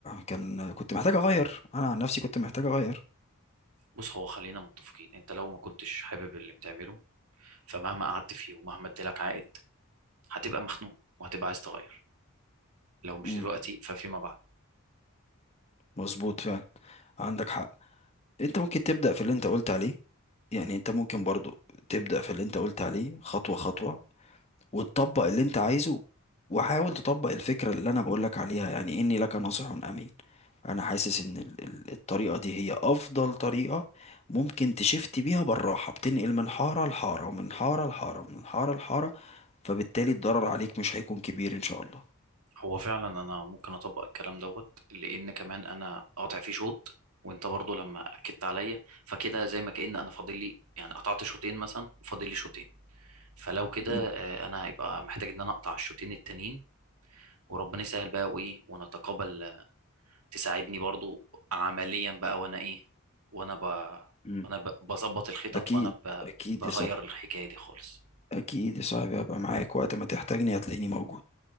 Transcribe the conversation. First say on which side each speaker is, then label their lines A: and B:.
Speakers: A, on the left; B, on the right.
A: كان كنت محتاج اغير انا عن نفسي كنت محتاج اغير
B: بص هو خلينا متفقين انت لو ما كنتش حابب اللي بتعمله فمهما قعدت فيه ومهما ادالك عائد هتبقى مخنوق وهتبقى عايز تغير لو مش
A: امم
B: دلوقتي ففيما بعد
A: مظبوط فعلا عندك حق انت ممكن تبدا في اللي انت قلت عليه يعني انت ممكن برضه تبدا في اللي انت قلت عليه خطوه خطوه وتطبق اللي انت عايزه وحاول تطبق الفكرة اللي انا بقولك عليها يعني اني لك ناصح امين انا حاسس ان ال- ال- الطريقة دي هي افضل طريقة ممكن تشفت بيها بالراحة بتنقل من حارة لحارة ومن حارة لحارة ومن حارة لحارة فبالتالي الضرر عليك مش هيكون كبير ان شاء الله
B: هو فعلا انا ممكن اطبق الكلام دوت لان كمان انا قاطع فيه شوط وانت برضه لما اكدت عليا فكده زي ما كأن انا فاضل لي يعني قطعت شوطين مثلا وفاضل لي شوطين فلو كده
A: م-
B: آه، انا هيبقى محتاج ان انا اقطع الشوطين التانيين وربنا يسهل بقى وايه ونتقابل آه، تساعدني برضو عمليا بقى وانا ايه وانا ب...
A: م.
B: وانا ب... بظبط الخطط
A: اكيد
B: وانا ب...
A: اكيد
B: بغير
A: يا صاحبي
B: الحكاية دي خالص
A: اكيد يا صاحبي هبقى معاك وقت ما تحتاجني هتلاقيني موجود